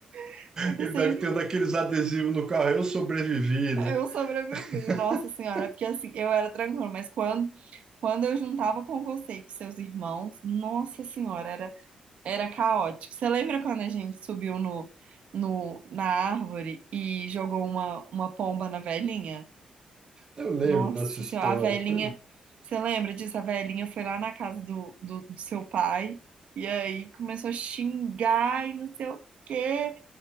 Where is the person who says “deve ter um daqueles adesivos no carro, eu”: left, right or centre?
Right